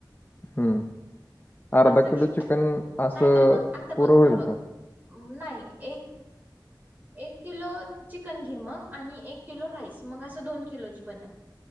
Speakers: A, on the left; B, on the right.
A: हम्म अर्धा
B: असं
A: किलो
B: घे
A: चिकन असं
B: नाहीतर मग आता
A: पुरं
B: बघ
A: होईल
B: बघ
A: का?
B: नाही एक एक किलो चिकन घे मग आणि एक किलो राईस मग असं दोन किलोची बनंल.